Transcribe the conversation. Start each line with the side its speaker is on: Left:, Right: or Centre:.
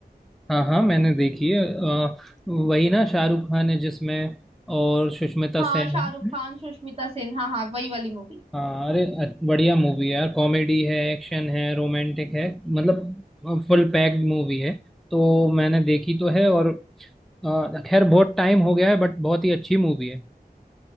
Centre: हाँ हाँ मैंने देखी है अ, वही ना शाहरुख खान है जिसमें और सुष्मिता
Right: हाँ
Centre: सेन
Right: शाहरुख
Centre: है
Right: खान सुष्मिता सेन हाँ हाँ वही वाली मूवी
Centre: हाँ अरे अ- बढ़िया मूवी है यार कॉमेडी है एक्शन है रोमांटिक है मतलब फुल पैक्ड मूवी है तो मैंने देखी तो है और अ, खैर बहुत टाइम हो गया है बट बहुत ही अच्छी मूवी है